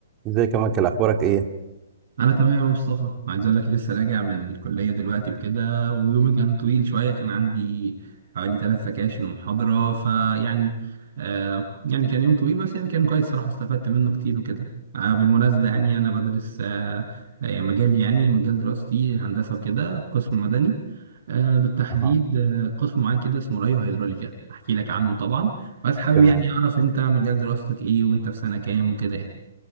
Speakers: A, on the right; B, on the right.
A: ازيك يا مايكل اخبارك ايه
B: انا تمام يا مصطفى عايز اقول لك لسه راجع من الكليه دلوقتي وكده ويومي كان طويل شويه كان عندي حوالي ثلاث سكاشن ومحاضره فيعني آه يعني كان يوم طويل بس يعني كان كويس صراحه استفدت منه كتير وكده آه بالمناسبه يعني انا بدرس آه آه، مجال يعني مجال دراستي هندسه وكده قسم مدني آه بالتحديد
A: اها
B: آه قسم معين كده اسمه ريو هيدروليكا احكي لك عنه طبعا بس حابب
A: تمام
B: يعني اعرف انت مجال دراستك ايه وانت في سنه كام وكده يعني